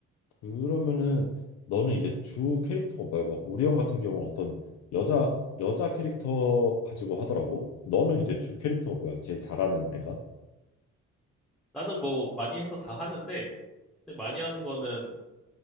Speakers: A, on the left; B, in the centre.
A: 그러면은 너는 이제 주 캐릭터가 뭐야? 막 우리 형 같은 경우는 어떤 여자 여자 캐릭터 가지고 하더라고. 너는 이제 주 캐릭터가 뭐야? 제일 잘하는 애가?
B: 나는 뭐 많이 해서 다 하는데 근데 많이 하는 거는